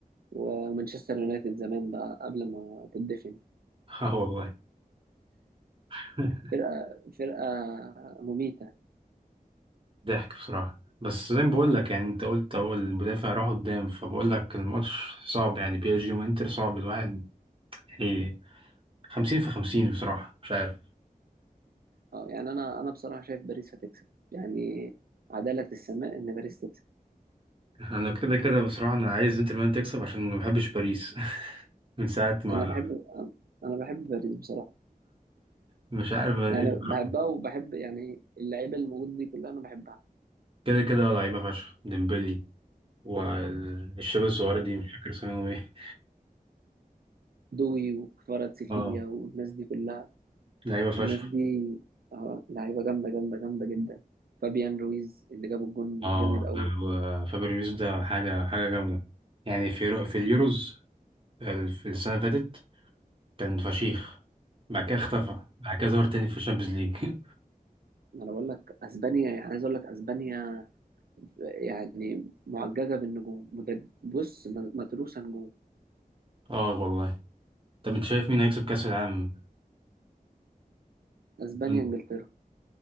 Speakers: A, on the right; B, on the right.
A: ومانشستر يونايتد زمان بقى قبل ما تدفن
B: اه والله <laughs>
A: فرقة فرقة مميتة
B: ضحك بصراحه بس زي ما بقول لك يعني انت قلت هو المدافع راح قدام فبقول لك الماتش صعب يعني بي اس جي وانتر صعب الواحد يعني 50 في 50 بصراحه مش عارف
A: اه يعني انا انا بصراحة شايف باريس هتكسب يعني عدالة السماء ان باريس تكسب
B: <laughs> انا كده كده بصراحه انا عايز انتر ميلان تكسب عشان ما بحبش باريس <laughs> من ساعه ما
A: انا بحب انا بحب باريس بصراحة
B: مش عارف ليه
A: يعني
B: بصراحة.
A: بحبها وبحب يعني اللعيبة اللي موجودة دي كلها انا بحبها
B: كده كده لعيبه فشخ ديمبلي والشباب الصغيره دي مش فاكر اسمهم ايه
A: دوي وكفاراتسخيليا
B: <laughs> اه
A: والناس دي كلها
B: لعيبة فشخ
A: الناس دي اه لعيبه جامده جامده جامده جدا فابيان رويز اللي جاب الجون
B: اه
A: جامد قوي
B: ده هو فابريو يوسف ده حاجة حاجة جامدة يعني في يورو- في اليوروز ال- في السنة اللي فاتت كان فشيخ بعد كده اختفى بعد كده ظهر تاني في الشامبيونز ليج
A: انا بقول لك اسبانيا يعني عايز اقول لك اسبانيا يعني معججه بالنجوم مد- بص م- متروسه نجوم
B: <laughs> اه والله طب انت شايف مين هيكسب كأس العالم؟
A: اسبانيا
B: مم.
A: انجلترا